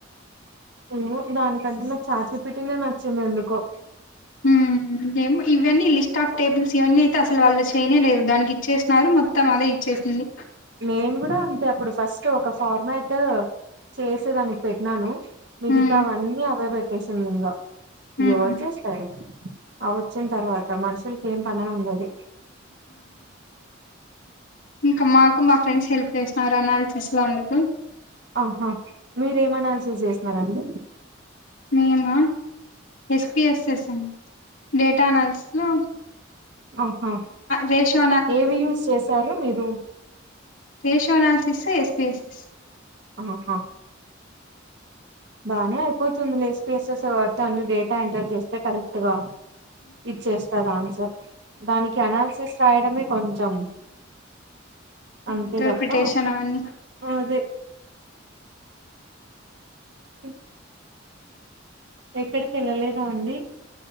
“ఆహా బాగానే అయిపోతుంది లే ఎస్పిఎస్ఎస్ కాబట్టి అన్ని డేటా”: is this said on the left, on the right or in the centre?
Right